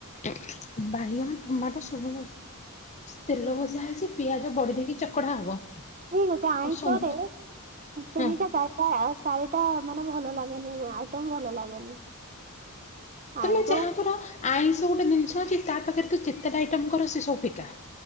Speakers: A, on the left; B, on the right.
A: ବାଇଗଣ ଟମାଟୋ ସବୁ ତେଲ ଭଜା ହେଇଛି ପିଆଜ ବଢି ଦେଇେକି ଚକଡା଼ ହବ।
B: ହୁଁ ମୋତେ ଆଇଁଷରେ
A: ଆଉ ସୋନ
B: ତିନିଟା
A: ହଁ
B: ଚାରିଟା ଚାରିଟା ମାନେ ଭଲ ଲାଗେନି ଆଇଟମ ଭଲ ଲାଗେନି।
A: ତମେ
B: ଆଇଁଷ।
A: ଯାହା ଆଇଁଷ ଗୋଟେ ଜିନିଷ ଅଛି ତା ପାଖରେ ତୁ ଯେତେଟା ଆଇଟମ କର ସେ ସବୁ ପିକା